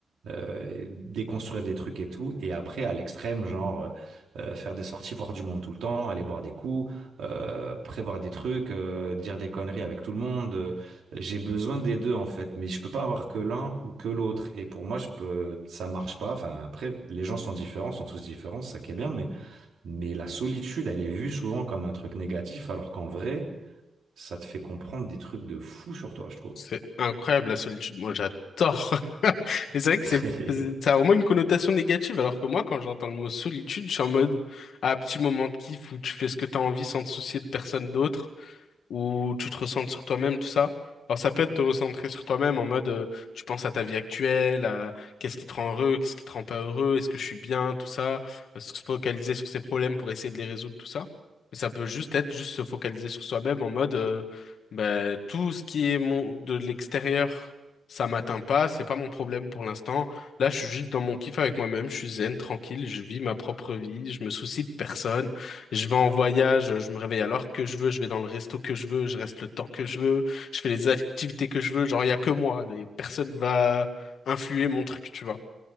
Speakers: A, on the right; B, on the left.
A: euh, déconstruire des trucs et tout. Et après, à l'extrême, genre euh, euh, faire des sorties, voir du monde tout le temps, aller boire des coups, euh, prévoir des trucs, euh, dire des conneries avec tout le monde. Euh, J'ai besoin des deux en fait, mais je peux pas avoir que l'un ou que l'autre. Et pour moi, je peux, ça marche pas. Enfin, après, les gens sont différents, sont tous différents, c'est ça qui est bien, mais mais la solitude, elle est vue souvent comme un truc négatif, alors qu'en vrai, ça te fait comprendre des trucs de fou sur toi, je trouve.
B: C'est incroyable la solitude. Moi, j'adore. <laughs> Mais c'est vrai que
A: <laughs>
B: c'est, c'est- ça a vraiment une connotation négative, alors que moi, quand j'entends le mot solitude, je suis en mode, ah, petit moment de kiff où tu fais ce que t'as envie sans te soucier de personne d'autre. où tu te recentres sur toi-même, tout ça. Alors ça peut être te recentrer sur toi-même en mode euh, tu penses à ta vie actuelle, à qu'est-ce qui te rend heureux, qu'est-ce qui te rend pas heureux, est-ce que je suis bien, tout ça, euh, se focaliser sur ses problèmes pour essayer de les résoudre, tout ça. Mais ça peut juste être juste se focaliser sur soi-même en mode euh, bah, tout ce qui est mon de l'extérieur, ça m'atteint pas, c'est pas mon problème pour l'instant. Là, je suis juste dans mon kiff avec moi-même, je suis zen, tranquille, je vis ma propre vie, je me soucie de personne. Je vais en voyage, je me réveille à l'heure que je veux, je vais dans le resto que je veux, je reste le temps que je veux, je fais les activités que je veux, genre il y a que moi, et personne va influer mon truc, tu vois.